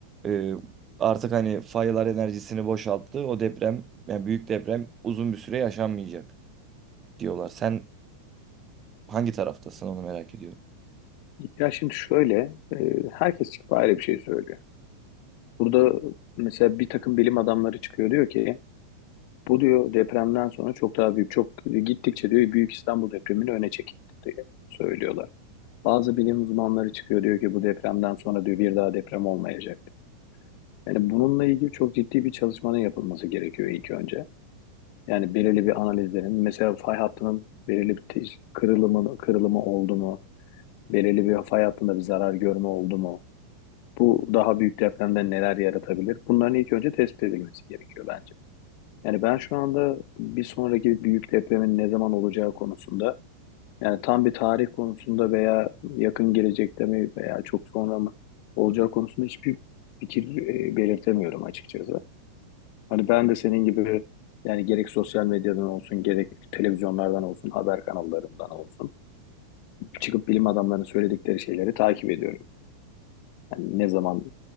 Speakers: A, on the right (about 25°); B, on the left (about 45°).
A: Ee, artık hani faylar enerjisini boşalttı. O deprem, yani büyük deprem uzun bir süre yaşanmayacak diyorlar. Sen hangi taraftasın onu merak ediyorum.
B: ya şimdi şöyle e, herkes çıkıp ayrı bir şey söylüyor. Burada mesela bir takım bilim adamları çıkıyor diyor ki bu diyor depremden sonra çok daha büyük çok gittikçe diyor Büyük İstanbul depremini öne çekildi diye söylüyorlar. Bazı bilim uzmanları çıkıyor diyor ki bu depremden sonra diyor bir daha deprem olmayacak. Yani bununla ilgili çok ciddi bir çalışmanın yapılması gerekiyor ilk önce. Yani belirli bir analizlerin mesela fay hattının belirli bir tiz- kırılımı, kırılımı oldu mu? Belirli bir fay hattında bir zarar görme oldu mu? Bu daha büyük depremden neler yaratabilir? Bunların ilk önce tespit edilmesi gerekiyor bence. Yani ben şu anda bir sonraki büyük depremin ne zaman olacağı konusunda Yani tam bir tarih konusunda veya yakın gelecekte mi veya çok sonra mı olacağı konusunda hiçbir fikir e, belirtemiyorum açıkçası. Hani ben de senin gibi yani gerek sosyal medyadan olsun gerek televizyonlardan olsun haber kanallarından olsun çıkıp bilim adamlarının söyledikleri şeyleri takip ediyorum. Yani ne zaman